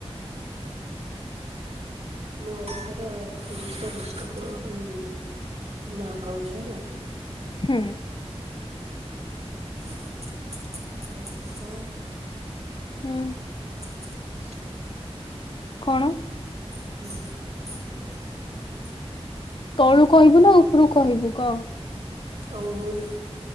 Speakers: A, on the right; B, on the left.
A: ମୁଁ ଓଡିଶାର ତିରିଶ୍ ଟା ଡିଷ୍ଟିକ୍ ରୁ ନା କହୁଚ଼ି ହେଲା।
B: ହୁଁ।
A: <inaudible> ଓଡ଼ିଶା।
B: ହୁଁ।
A: <inaudible> ଶା।
B: କଣ?
A: ଉୁଁ <inaudible>
B: ତଳୁ କହିବୁ ନା ଓପୁରୁ କହିବୁ କ?
A: ଅଙ୍ଗୁଲ,